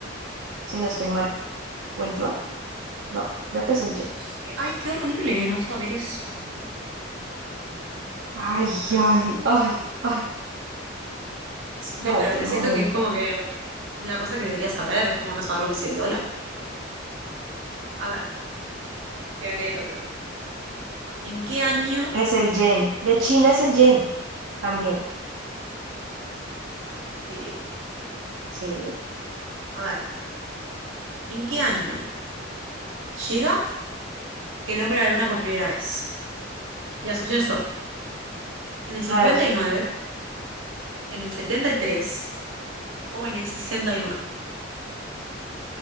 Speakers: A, on the right (about 65°); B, on the right (about 80°).
A: si no estoy mal. ¿O el yuan? No, creo que es el yen.
B: No sé, ay, qué horrible no saber eso, ¿eh?
A: Ay,
B: Para pensar.
A: ay, ay, ay. Espérate
B: No, pero me siento
A: un momento.
B: que es como que una cosa que debería saber, es como no saber lo que es el dólar. A ver, te voy a leer otra. ¿En qué año,
A: Es el yen. De China es el yen también.
B: sí?
A: Sí.
B: A ver, ¿en qué año llega el hombre a la luna por primera vez? Y las opciones son en el cincuenta
A: A ver,
B: y nueve en el setenta y tres o en el sesenta